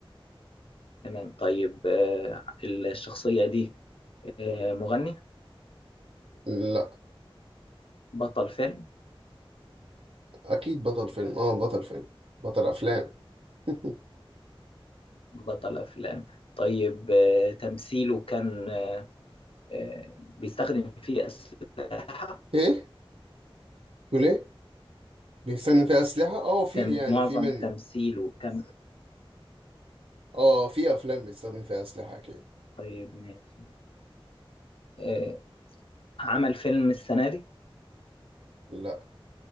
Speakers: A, on the left; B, on the right.
A: تمام طيب آه، الشخصية دي آه، مغني
B: لا
A: بطل فيلم
B: اكيد بطل فيلم اه بطل فيلم بطل افلام <laughs>
A: بطل أفلام طيب آه، تمثيله كان آه، آه، بيستخدم فيه أسلحة
B: ايه تقول ايه بيستخدم فيها اسلحه اه في
A: تم
B: يعني
A: معظم
B: في منه
A: تمثيله كان
B: اه في افلام بيستخدم فيها اسلحه اكيد
A: طيب ماشي آه، عمل فيلم السنة دي
B: لا